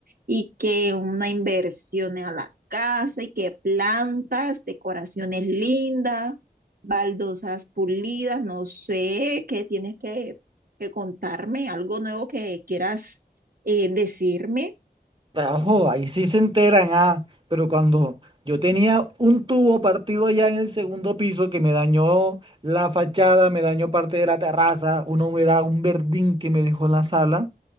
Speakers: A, on the right; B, on the right.
A: y que una inversión a la casa y que plantas, decoraciones lindas, baldosas pulidas, no sé, que tienes que, que contarme, algo nuevo que quieras eh, decirme.
B: Tajo, ahí sí se enteran, ah. Pero cuando yo tenía un tubo partido allá en el segundo piso que me dañó la fachada, me dañó parte de la terraza, una humedad, un verdín que me dejó en la sala,